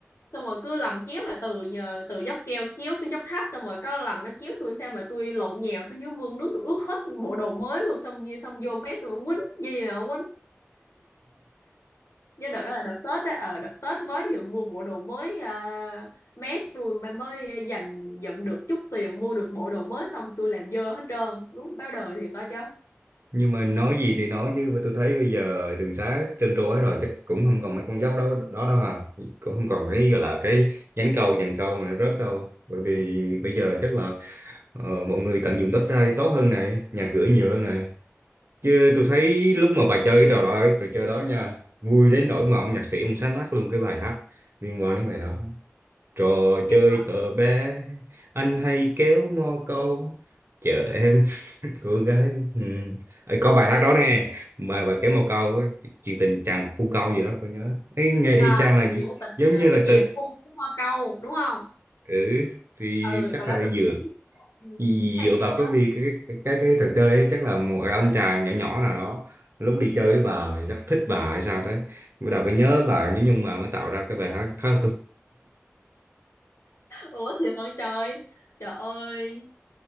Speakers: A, on the left (about 85°); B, on the right (about 55°).
A: xong rồi cứ lần kiếu mà từ nhờ từ dốc keo kiếu xuống dốc tháp xong rồi có lần nó kiếu tôi sao mà tôi lộn nhào xuống dưới mương nước tôi ướt hết bộ đồ mới luôn xong như xong vô mét tôi quýnh gì mà quýnh nhớ đợt đó là đợt Tết á ờ đợt Tết mới vừa mua bộ đồ mới à, mét tôi mới mới dành dụm được chút tiền mua được bộ đồ mới xong tôi làm dơ hết trơn đúng báo đời thiệt coi chứ
B: nhưng mà nói gì thì nói chứ mà tôi thấy bây giờ đường xá trơn trôi rồi chắc cũng không còn mấy con dốc đó đó đâu à cũng không còn
A: Ừ.
B: cái gọi là cái nhánh cầu dàn cầu mà nó rớt đâu bởi vì bây giờ chắc là ờ, mọi người tận dụng đất đai tốt hơn này nhà cửa nhiều hơn này chứ tôi thấy lúc mà bà chơi trò đó trò chơi đó nha vui đến nỗi mà ông nhạc sĩ ông sáng tác luôn cái bài hát liên quan đến bài đó Trò
A: thiệt
B: chơi thợ bé, anh hay kéo mò câu, chờ em <laughs> cô gái. Ừ. Ờ, Có bài hát đó nè, bài bài kéo mò câu, á, chuyện tình chàng phu câu gì đó, tôi nhớ. Ấy nghe y
A: à,
B: chang là gi-
A: chuyện tình
B: giống
A: à,
B: như là
A: chèo
B: từ
A: cung với hoa câu đúng không
B: ừ thì
A: ừ
B: chắc
A: và đó
B: là
A: tôi
B: dựa
A: cũng biết ừ,
B: dựa
A: hay
B: vào
A: chứ
B: cái vì cái cái cái, cái trò chơi ấy, chắc là một anh chàng nhỏ nhỏ nào đó lúc đi chơi với bà mà chắc thích bà hay sao đấy bắt đầu cái nhớ bà nhưng nhưng mà mới tạo ra cái bài hát khá
A: ủa thì hỏi trời trời ơi